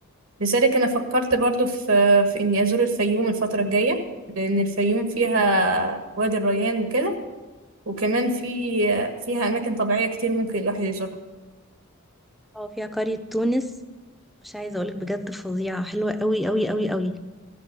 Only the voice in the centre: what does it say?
اه فيها قرية تونس مش عايزة أقولك بجد فظيعة حلوة قوي قوي قوي قوي